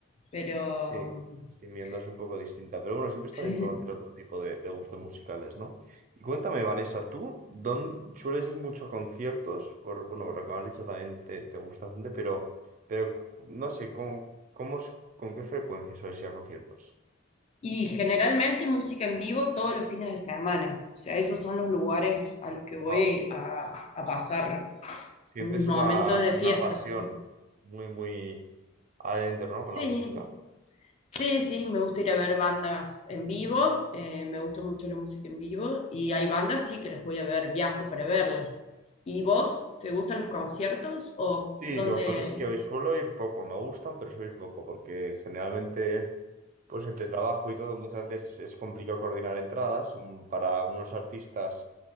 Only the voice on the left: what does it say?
Pero
mm,
<laughs>
sí.
Y generalmente música en vivo todos los fines de semana. O sea, esos son los lugares a los que voy
a, a pasar
mis momentos
de
fiesta.
Sí,
sí, sí, me gusta ir a ver bandas en vivo, eh, me gusta mucho la música en vivo y hay bandas, sí, que las voy a ver, viajo para verlas. ¿Y vos, te gustan los conciertos o
dónde?